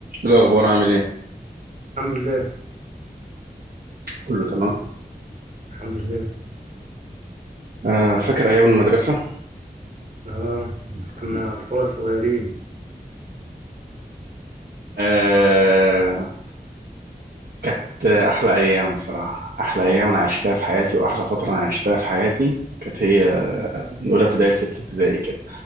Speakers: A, on the right; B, on the right.
A: إيه الأخبار عامل إيه؟
B: الحمد لله
A: كله تمام
B: الحمد لله
A: آه فاكر أيام المدرسة
B: اه كنا اطفال صغيرين
A: آه كانت أحلى أيام بصراحة أحلى أيام أنا عشتها في حياتي وأحلى فترة أنا عشتها في حياتي كانت هي من أولى ابتدائي لستة ابتدائي كده